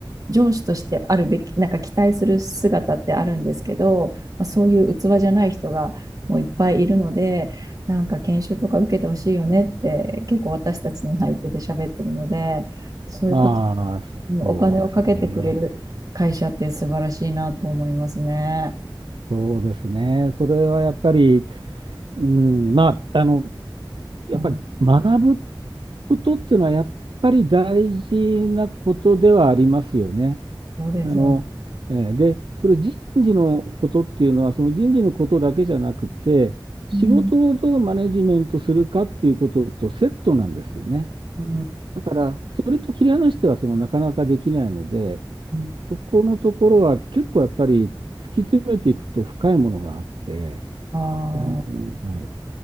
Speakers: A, on the right (about 45°); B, on the right (about 70°).
A: 上司としてあるべき、なんか期待する姿ってあるんですけど、まあ、そういう器じゃない人がもういっぱいいるので、なんか研修とか受けてほしいよねって結構私たちの内定で喋ってるので、そういうこと、
B: ああ、
A: お金をかけてくれる会社って素晴らしいなと思いますね。
B: そうですね。そうですね。それはやっぱり、うん、まあ、あの、やっぱり学ぶ
A: うん、
B: ことっていうのは、やっぱり大事なことではありますよね。
A: そうですよね。
B: あの、えーで、それ人事のことっていうのは、その人事のことだけじゃなくて、仕事をどうマネジメントするかっていうこととセットなんですよね。
A: うん、う
B: だから、それと切り離しては、そのなかなかできないので、
A: ん、
B: そこのところは結構やっぱり突き詰めていくと深いものがあって、
A: あー
B: あの、はい。